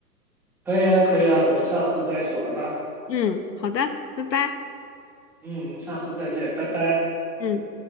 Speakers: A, in the centre; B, on the left.
A: <laughs> 可以啊，可以啊，我们下次再一起玩吧。
B: 嗯，好的，拜拜。
A: 嗯，下次再见，拜拜。
B: 嗯。